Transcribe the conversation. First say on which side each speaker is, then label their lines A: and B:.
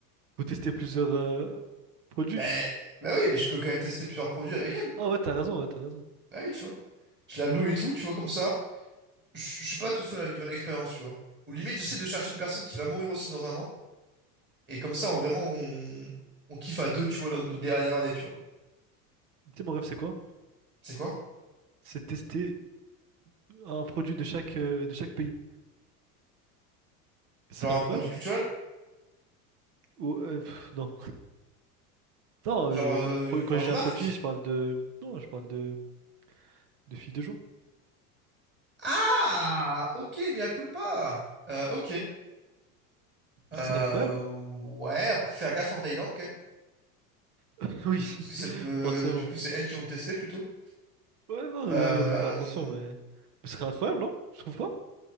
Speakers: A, on the right; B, on the right.
A: Vous testez plusieurs euh, produits?
B: Ben, ben oui, mais je peux quand même tester plusieurs produits avec elle.
A: Ah ouais, t'as raison, ouais, t'as raison.
B: Ah oui, tu vois. Je la loue et tout, tu vois, comme ça. Je je suis pas tout seul à vivre l'expérience, tu vois. Ou limite, j'essaie de chercher une personne qui va mourir aussi dans un an. Et comme ça, on, vraiment, on, on kiffe à deux, tu vois, notre, notre dernière année, tu vois.
A: Tu sais, mon rêve, c'est quoi?
B: C'est quoi?
A: C'est tester un produit de chaque, euh, de chaque pays. Ce
B: Genre
A: serait
B: un
A: incroyable?
B: produit culturel?
A: Ou, euh, pff, non. Non,
B: Genre,
A: euh,
B: euh,
A: un pro- quand
B: genre
A: je
B: une
A: dis
B: marque?
A: un produit, je parle de... Non, je parle de, de filles de joie.
B: Ah! Ok, mais à culpa! Euh, ok. Euh,
A: Ce serait incroyable.
B: ouais, après, faire gaffe en Thaïlande, quand même.
A: <laughs> Oui,
B: Parce que ça peut... euh,
A: forcément.
B: Du coup, c'est elles qui vont te tester, plutôt.
A: Ouais, non,
B: Euh,
A: euh, ouais, faut faire attention, mais... mais Ce serait incroyable, non? Je trouve pas?